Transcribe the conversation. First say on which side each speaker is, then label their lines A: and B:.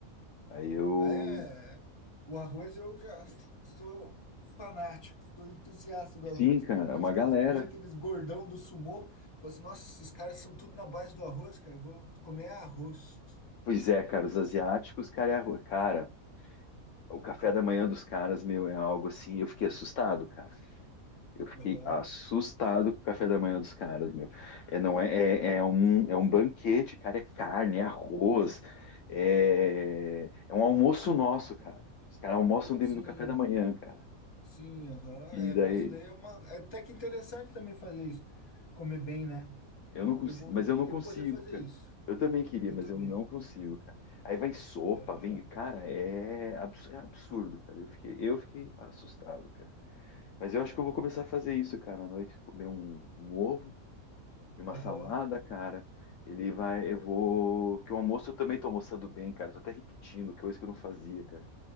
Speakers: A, on the left (about 65°); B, on the left (about 20°).
A: Aí eu,
B: É, é. o arroz eu já sou fanático, sou entusiasta do arroz,
A: sim, cara,
B: cara. Eu vejo
A: é uma galera.
B: aqueles, eu vejo aqueles gordão do sumô, falo assim, nossa, esses caras são tudo na base do arroz, cara, eu vou comer arroz.
A: Pois é, cara, os asiáticos, cara, é arroz. Cara, o café da manhã dos caras, meu, é algo assim, eu fiquei assustado, cara. Eu fiquei
B: Aham.
A: assustado com o café da manhã dos caras, meu. É, não é, é, é um, é um banquete, cara. É carne, é arroz, é, é um almoço nosso, cara. Os caras almoçam dentro
B: Sim,
A: do café da manhã, cara.
B: sim, aham.
A: E daí,
B: É, isso daí é uma. É até que interessante também fazer isso. Comer bem, né?
A: eu
B: Eu,
A: não consigo,
B: eu, bo-
A: mas
B: eu queria
A: eu não consigo,
B: poder fazer
A: cara.
B: isso.
A: Eu também queria,
B: Eu
A: mas
B: também.
A: eu não consigo, cara. Aí vai sopa,
B: Aham.
A: vem, cara, é, abs- é absurdo, cara. Eu fiquei, eu fiquei assustado, cara. Mas eu acho que eu vou começar a fazer isso, cara, à noite, comer um, um ovo E uma
B: Aham.
A: salada, cara. Ele vai. Eu vou. Que o almoço eu também tô almoçando bem, cara. Tô até repetindo, que é coisa que eu não fazia, cara.